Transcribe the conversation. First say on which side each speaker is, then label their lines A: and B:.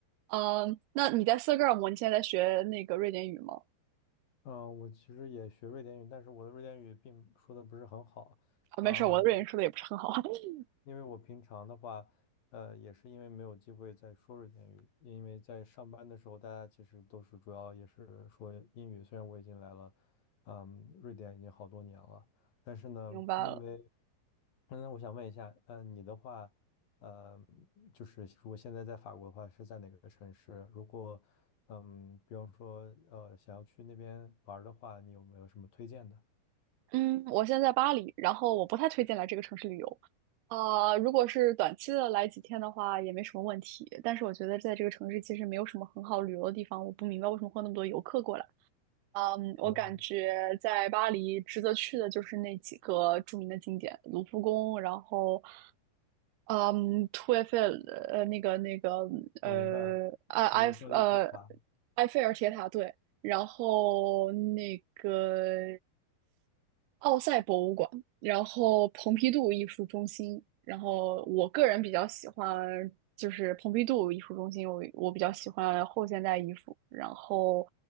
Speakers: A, on the right (about 85°); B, on the left (about 65°).
A: 嗯，那你在斯德哥尔摩，你现在在学那个瑞典语吗？
B: 嗯、呃我其实也学瑞典语，但是我的瑞典语并说的不是很好。
A: 啊，
B: 嗯、
A: 没事儿，我的瑞典说的也不是很好。<laughs>
B: 因为我平常的话，呃，也是因为没有机会再说瑞典语，因为在上班的时候，大家其实都是主要也是说英语。虽然我已经来了，嗯，瑞典已经好多年了，但是呢，
A: 明白了。
B: 因为，嗯，我想问一下，嗯，你的话，呃，就是如果现在在法国的话，是在哪个城市？如果，嗯，比方说，呃，想要去那边玩儿的话，你有没有什么推荐的？
A: 嗯，我现在在巴黎，然后我不太推荐来这个城市旅游。呃，如果是短期的来几天的话，也没什么问题。但是我觉得在这个城市其实没有什么很好旅游的地方，我不明白为什么会有那么多游客过来。嗯，我感觉在巴黎值得去的就是那几个著名的景点，
B: 哦，
A: 卢浮宫，然后嗯图埃菲尔呃那个那个呃埃埃菲呃
B: 我明白了，你巴黎铁塔。
A: 埃菲尔铁塔对，然后那个奥赛博物馆。然后蓬皮杜艺术中心，然后我个人比较喜欢就是蓬皮杜艺术中心，我我比较喜欢后现代艺术，然后